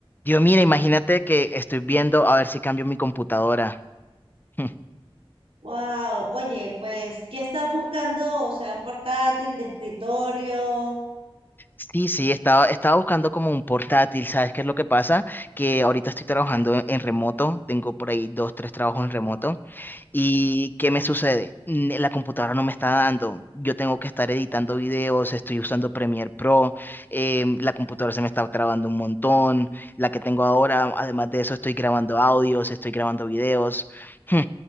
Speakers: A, on the left; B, on the right.
A: Dios, mira, imagínate que estoy viendo a ver si cambio mi computadora. <laughs>
B: Wow, oye, pues, ¿qué estás buscando? O sea, un portátil de escritorio.
A: Sí, sí, estaba, estaba buscando como un portátil, ¿sabes qué es lo que pasa? Que ahorita estoy trabajando en en remoto, tengo por ahí dos, tres trabajos en remoto. ¿Y qué me sucede? N- La computadora no me está dando. Yo tengo que estar editando videos, estoy usando Premiere Pro, em, la computadora se me está trabando un montón, la que tengo ahora, además de eso estoy grabando audios, estoy grabando videos. Hmm,